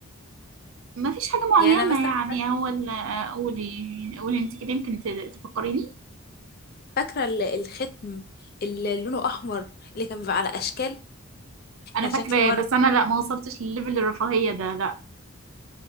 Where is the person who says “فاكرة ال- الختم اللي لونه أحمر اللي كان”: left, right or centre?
Left